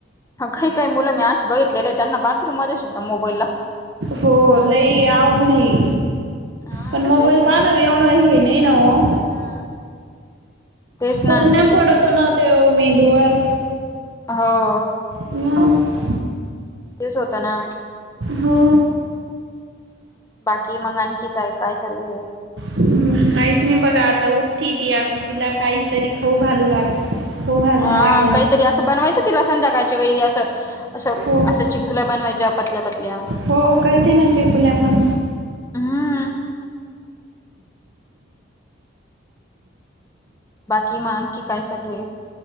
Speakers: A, on the left; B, on the right.
A: काही काही मुलं मी अशी बघितलेले आहे. त्यांना बाथरूममध्ये सुद्धा मोबाईल लागतो.
B: हो लई आवघड ये,
A: हा
B: पण मोबाईल
A: तेच
B: पाहन
A: ना
B: एवढं तेवढ हे नाही न ओ.
A: हा तेच ना
B: परिणाम पडतोना तो मेंदूवर.
A: हो.
B: मग.
A: तेच होतं ना.
B: हो.
A: बाकी मगं आणखी काय काय चालूय.
B: हम् काहीच नाही बघा, आता उठती आता तिला काहीतरी खाऊ घालू लाग खाऊ घालणं
A: हा
B: लागन
A: काहीतरी असं बनवायचं, तिला संध्याकाळच्या वेळी असं. अशा
B: हो
A: अशा चिपकुल्या बनवायच्या पतल्या पतल्या.
B: हो करते ना चेपुल्या पण
A: हम. बाकी मग आणखी काय चालू ये.